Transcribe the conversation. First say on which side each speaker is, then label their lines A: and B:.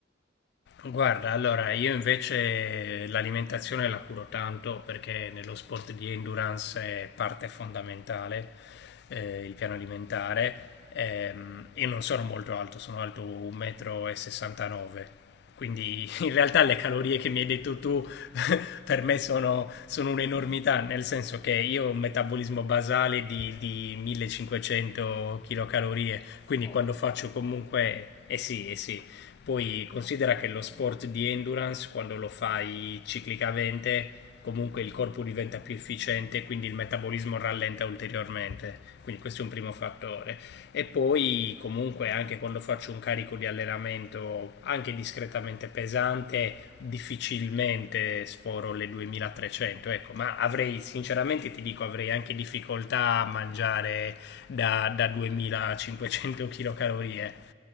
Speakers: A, on the left (about 60°); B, on the left (about 35°).
A: Guarda, allora io invece l'alimentazione la curo tanto perché nello sport di endurance è parte fondamentale eh, il piano alimentare. Ehm, io non sono molto alto, sono alto 1,69 m,
B: Ok.
A: quindi <laughs> in realtà le calorie che mi hai detto tu <laughs> per me sono, sono un'enormità, nel
B: <laughs>
A: senso che io ho un metabolismo basale di, di 1500 kcal, quindi
B: Poco.
A: quando faccio comunque, eh sì, eh sì, poi considera che lo sport di endurance, quando lo fai ciclicamente, comunque il corpo diventa più efficiente, quindi il metabolismo rallenta ulteriormente. Quindi questo è un primo fattore. E poi comunque anche quando faccio un carico di allenamento anche discretamente pesante, difficilmente sforo le 2300, ecco, ma avrei sinceramente ti dico avrei anche difficoltà a mangiare da, da 2500 kcal.